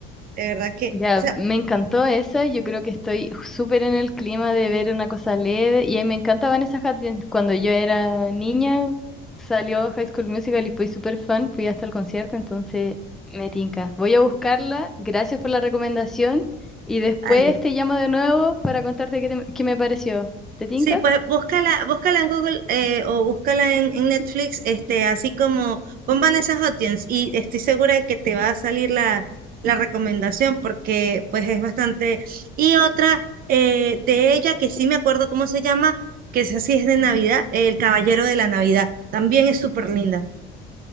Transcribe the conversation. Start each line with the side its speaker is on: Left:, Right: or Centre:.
Right: De verdad que,
Centre: Ya,
Right: o sea,
Centre: me encantó esa. Yo creo que estoy súper en el clima de ver una cosa leve. Y a mí me encanta Vanessa Hudgens. Cuando yo era niña, salió High School Musical y fui súper fan. Fui hasta el concierto, entonces me tinca. Voy a buscarla. Gracias por la recomendación. Y después
Right: vale
Centre: te llamo de nuevo para contarte qué, te- qué me pareció. ¿Te tinca?
Right: Sí, pues búscala, búscala en Google eh, o búscala en, en Netflix, este, así como pon Vanessa Hudgens y estoy segura de que te va a salir la, la recomendación porque pues es bastante. Y otra eh, de ella que sí me acuerdo cómo se llama, que es así es de Navidad, El Caballero de la Navidad. También es súper linda.